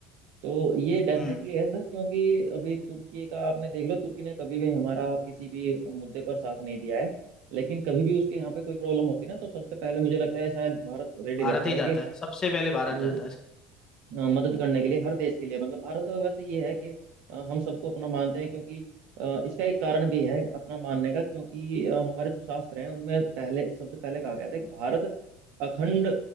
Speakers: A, on the right; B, on the left.
A: तो ये डेफिनेटली
B: हम्म
A: है सर क्योंकि अभी तुर्की का आपने देख लो तुर्की ने कभी भी हमारा किसी भी मुद्दे पर साथ नहीं दिया है लेकिन कभी भी उसके यहाँ पे कोई प्रॉब्लम होती है ना तो सबसे पहले मुझे लगता है शायद भारत रेडी
B: भारत
A: रहता
B: ही
A: है
B: जाता
A: कि
B: है सबसे पहले भारत
A: कि,
B: जाता है सर।
A: अ, मदद करने के लिए हर देश के लिए मतलब भारत का वैसे ये है कि अ, हम सबको अपना मानते हैं क्योंकि अ, इसका एक कारण भी है अपना मानने का क्योंकि अ, हमारे जो शास्त्र हैं उनमें पहले सबसे पहले कहा गया था कि भारत अखंड